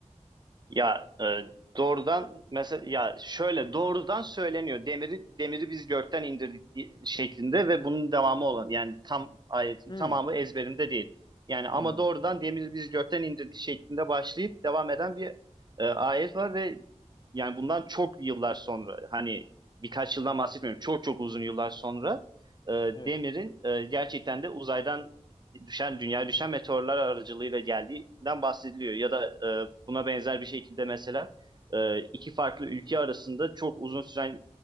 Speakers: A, on the right; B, on the left.
A: Ya e, doğrudan mesela ya şöyle doğrudan söyleniyor. Demiri demiri biz gökten indirdik di- şeklinde ve bunun devamı olan yani tam ayetin
B: Hmm,
A: tamamı ezberimde değil. Yani ama
B: anladım.
A: doğrudan demiri biz gökten indirdik şeklinde başlayıp devam eden bir e, ayet var ve yani bundan çok yıllar sonra hani birkaç yıldan bahsetmiyorum. Çok çok uzun yıllar sonra e,
B: Evet.
A: demirin e, gerçekten de uzaydan düşen dünya düşen meteorlar aracılığıyla geldiğinden bahsediliyor. Ya da e, buna benzer bir şekilde mesela e, iki farklı ülke arasında çok uzun süren